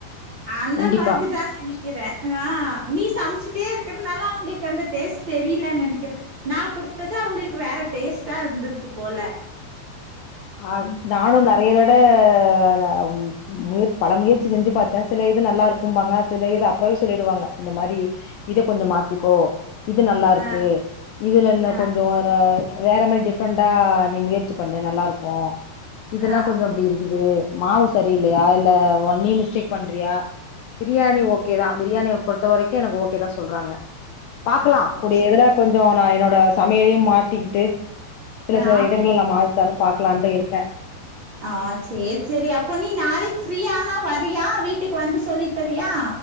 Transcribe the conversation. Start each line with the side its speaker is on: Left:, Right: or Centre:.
Right: அந்த
Left: கண்டிப்பா
Right: மாதி தா <inaudible> க்கிற ஆஹ் நீ சம்சுட்டே இருக்கறனால அவங்ளுக்கு அந்த டேஸ்ட் தெரியலன்னு நெனைக்கிற நா குடுத்தது அவங்ளுக்கு வேற டேஸ்ட்டா இருந்திருக்கு போல
Left: ஆஹ்
Right: ம்.
Left: நானு நெறைய தட ஆஹ் உம் முயற்ச் பல முயற்சி செஞ்சு பாத்த சில இது நல்லா இருக்குபாங்க சில இது அப்பவே சொல்லிடுவாங்க இந்த மாரி இத கொஞ்சோ மாத்தி கோ இது நல்லா இருக்கு
Right: ஆ
Left: இதுல இன்ன
Right: ஆ
Left: கொஞ்சோ <unintelligible> வேற மாரி டிஃப்ரெண்டா நீ முயற்சி பண்ணு நல்லா இருக்கு கும் இதெல்லா
Right: ஆ
Left: கொஞ்சோ அப்டி இருக்குது மாவு சரியில்லையா இல்ல ஒன்னையு நீ மிஸ்டேக் பண்றியா பிரியாணி
Right: ஆ
Left: ஓக்கே தா பிரியாணி பொறுத்த வரைக்கு எனக்கு ஓகே தா சொல்றாங்க பாக்கலா
Right: ஆ ஓகே.
Left: கூடிய இதுல கொஞ்சோ நா என்னோட சமையலையு மாத்திகிட்டு சில
Right: ஆ
Left: சில இதுங்கள எல்லா <unintelligible> பாக்லான்டு இருக்கே
Right: ஆஹ் சேர் சேரி அப்போ நீ நாளைக் ஃப்ரீயனா வறியா வீட்டுக்கு வந்து சொல்லி தரியா